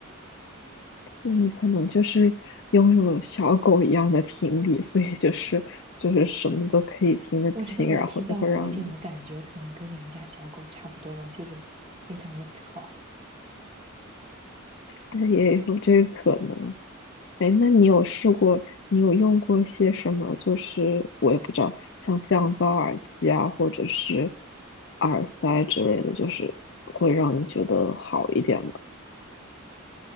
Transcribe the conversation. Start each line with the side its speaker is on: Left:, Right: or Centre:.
Left: 那你可能就是拥有了小狗一样的听力，所以就是就是什么都可以听得清，
Right: 我觉得我听到火警的感觉，
Left: 然后就会让你，
Right: 可能跟你们家小狗差不多吧，就是非常的吵。
Left: 对，也有这个可能。哎，那你有试过，你有用过一些什么？就是我也不知道，像降噪耳机啊，或者是耳塞之类的，就是会让你觉得好一点吗？